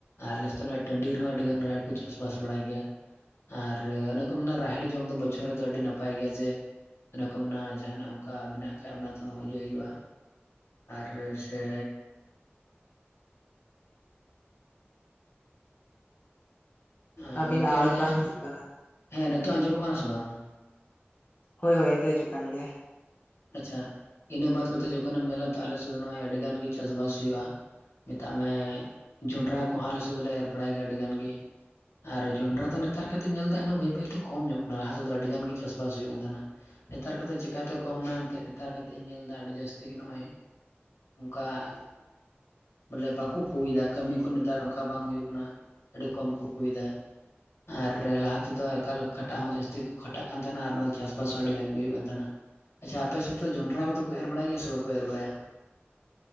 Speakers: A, on the left (about 85°); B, on the left (about 45°).
A: ᱟᱨᱞᱮᱥ ᱫᱚ ᱴᱟᱺᱰᱤ ᱨᱮᱦᱚᱸ ᱟᱹᱰᱤ ᱜᱟᱱ ᱨᱟᱦᱮᱲ ᱠᱚ ᱪᱟᱥ ᱵᱟᱥ ᱵᱟᱲᱟᱭ ᱜᱮᱭᱟ ᱟᱨ ᱤᱱᱟᱹ ᱠᱚ ᱢᱮᱱᱟ ᱨᱟᱦᱮᱲ ᱡᱚᱢ ᱫᱚ ᱵᱚᱪᱷᱚᱨ ᱨᱮᱫᱚ ᱟᱹᱰᱤ ᱱᱟᱯᱟᱭ ᱜᱮᱭᱟ ᱡᱮ ᱚᱱᱟ ᱠᱚ ᱢᱮᱱᱟ ᱡᱟᱦᱟᱱᱟᱜ ᱚᱱᱠᱟ ᱢᱮᱱᱟᱜ ᱠᱷᱟᱱ ᱚᱱᱟ ᱛᱮᱦᱚᱸ ᱤᱭᱟᱹ ᱦᱩᱭᱩᱜᱼᱟ ᱟᱨ ᱥᱮ <unintelligible>
B: ᱟᱹᱵᱤᱱᱟᱜ
A: ᱜᱚᱝᱠᱮ
B: ᱟᱣᱟᱡᱽ
A: ᱟᱹᱞᱤᱧ
B: ᱵᱟᱝ
A: ᱧᱟᱜ
B: ᱦᱤᱡᱩᱜ ᱠᱟᱱᱟ
A: <inaudible> ᱦᱮᱸ ᱱᱤᱛᱚᱜ ᱟᱸᱡᱚᱢᱚᱜ ᱠᱟᱱᱟ ᱥᱮ ᱵᱟᱝ
B: ᱦᱳᱭ ᱦᱳᱭ ᱱᱤᱛᱚᱜ ᱦᱤᱡᱩᱜ ᱠᱟᱱ ᱜᱮᱭᱟ
A: ᱟᱪᱪᱷᱟ <inaudible> ᱤᱱᱟᱹ ᱵᱟᱫ ᱠᱟᱛᱮᱫ ᱡᱚᱠᱷᱚᱱᱮᱢ ᱧᱮᱞᱟ ᱛᱚ ᱟᱞᱮ ᱥᱮᱫ ᱫᱚ ᱱᱚᱜᱚᱭ ᱟᱹᱰᱤ ᱜᱟᱱ ᱜᱮ ᱪᱟᱥ ᱵᱟᱥ ᱦᱩᱭᱩᱜᱼᱟ ᱢᱮᱛᱟᱜ ᱢᱮ ᱡᱚᱱᱰᱨᱟ ᱠᱚᱦᱚᱸ ᱟᱞᱮ ᱥᱮᱫ ᱫᱚᱞᱮ ᱮᱨ ᱵᱟᱲᱟᱭ ᱜᱮᱭᱟ ᱟᱹᱰᱤ ᱜᱟᱱ ᱜᱮ ᱾ ᱟᱨ ᱡᱚᱱᱰᱨᱟ ᱫᱚ ᱱᱮᱛᱟᱨ ᱠᱟᱛᱮᱫ ᱧᱮᱞ ᱮᱫᱟ ᱮᱱᱦᱚᱸ ᱵᱟᱹᱭ ᱵᱟᱹᱭᱛᱮ ᱠᱚᱢ ᱧᱚᱜ ᱠᱟᱱᱟ ᱞᱟᱦᱟ ᱥᱮᱫ ᱫᱚ ᱟᱹᱰᱤᱜᱟᱱ ᱜᱮ ᱪᱟᱥᱵᱟᱥ ᱦᱩᱭᱩᱜ ᱠᱟᱱ ᱛᱟᱦᱮᱱᱟ ᱾ ᱱᱮᱛᱟᱨ ᱠᱟᱛᱮᱫ ᱪᱤᱠᱟᱛᱮ? ᱠᱚᱢ ᱮᱱᱟ ᱮᱱᱛᱮᱫ ᱱᱮᱛᱟᱨ ᱠᱟᱛᱮ ᱤᱧ ᱧᱮᱞ ᱮᱫᱟ ᱟᱹᱰᱤ ᱡᱟᱹᱥᱛᱤ ᱜᱮ ᱱᱚᱜᱼᱚᱭ ᱚᱱᱠᱟ ᱾ ᱵᱚᱞᱮ ᱵᱟᱠᱚ ᱯᱳᱭᱫᱟ ᱠᱟᱢᱤ ᱠᱚ ᱱᱮᱛᱟᱨ ᱚᱱᱠᱟ ᱵᱟᱝ ᱦᱳᱭᱚᱜ ᱠᱟᱱᱟ ᱟᱹᱰᱤ ᱠᱚᱢ ᱠᱚ ᱯᱩᱭᱮᱫᱟ ᱾ ᱟᱨ ᱞᱟᱦᱟ ᱛᱮᱫᱚ ᱮᱠᱟᱞ ᱠᱷᱟᱴᱟᱜ ᱦᱚᱸ ᱡᱟᱹᱥᱛᱤ ᱠᱚ ᱠᱷᱟᱴᱟᱜ ᱠᱟᱱ ᱛᱟᱦᱮᱱᱟ ᱟᱨ ᱚᱱᱟ ᱫᱚ ᱪᱟᱥᱵᱟᱥ ᱦᱚᱸ ᱟᱹᱰᱤ ᱜᱟᱱ ᱜᱮ ᱦᱩᱭᱩᱜ ᱠᱟᱱ ᱛᱟᱦᱮᱱᱟ ᱾ ᱟᱪᱪᱷᱟ ᱟᱯᱮ ᱥᱮᱫ ᱫᱚ ᱡᱚᱱᱰᱟᱨᱟ ᱠᱚᱫᱚ ᱠᱚ ᱮᱨ ᱵᱟᱲᱟᱭ ᱜᱮᱭᱟ ᱥᱮ ᱵᱟᱠᱚ ᱮᱨ ᱵᱟᱲᱟᱭᱟ?